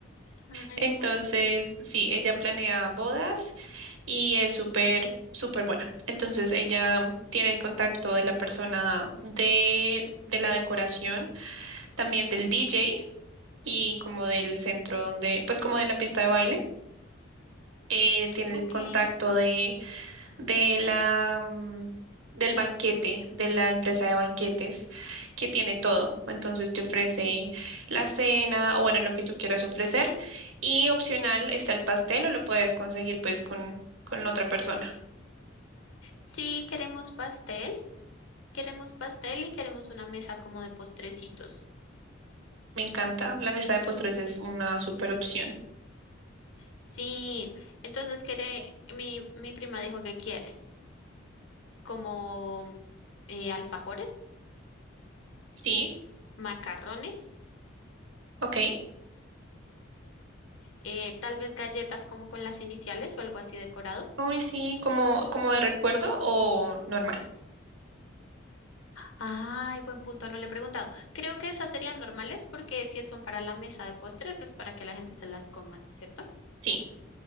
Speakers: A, on the left; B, on the right.
A: Ay,
B: Entonces,
A: lo máximo.
B: sí, ella planea bodas y es súper, súper buena. Entonces, ella tiene el contacto de la persona de, de la decoración, también del DJ. y como del centro donde, pues como de la pista de baile, eh, tiene el
A: Ok.
B: contacto de, de la, mm, del banquete, de la empresa de banquetes, que tiene todo. Entonces te ofrece la cena o bueno, lo que tú quieras ofrecer. Y opcional está el pastel o lo puedes conseguir pues con, con la otra persona.
A: Sí, queremos pastel. Queremos pastel y queremos una mesa como de postrecitos.
B: Me encanta, la mesa de postres es una super opción.
A: Sí, entonces quiere, mi, mi prima dijo que quiere como eh, alfajores,
B: Sí,
A: macarrones,
B: ok.
A: eh, tal vez galletas como con las iniciales o algo así decorado.
B: Ay, sí, como, como de recuerdo o normal.
A: Ay, buen punto, no le he preguntado. Creo que esas serían normales porque si son para la mesa de postres es para que la gente se las coma, ¿cierto?
B: Sí,